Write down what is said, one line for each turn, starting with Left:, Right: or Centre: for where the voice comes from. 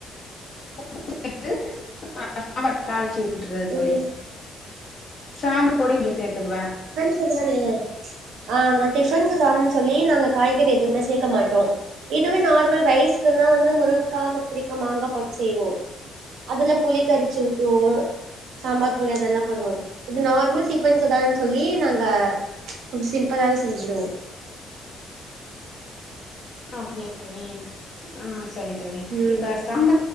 Left: <inaudible> <inaudible> சாம்பார் தாளிச்சு விட்றது தோழி
Right: ம்
Left: சாம்பு பொடி இங்க சேத்துக்குவ
Right: இதானே அ நா டிஃபன்க்கு காணுன் சொல்லி நாங்க காய்கறி எதுவ்மே சேக்க மாட்டோ இதுவே நார்மல் ரைஸ்க்குந்தா வந்து முருங்கா கத்ரிக்க மாங்கா போட்டு செய்வோ அதுல புளி கரிச்சி ஊத்துவோ சாம்பார் பொடி அதல்லா போடுவோ இது நார்மல் டிஃபன்க்கு தானன் சொல்லி நாங்க கொஞ்ச சிம்பளாவே செஞ்சிடோ
Left: அப்புடியா தொழி அ சரி தொழி
Right: ம்
Left: இப்ப சாம்ப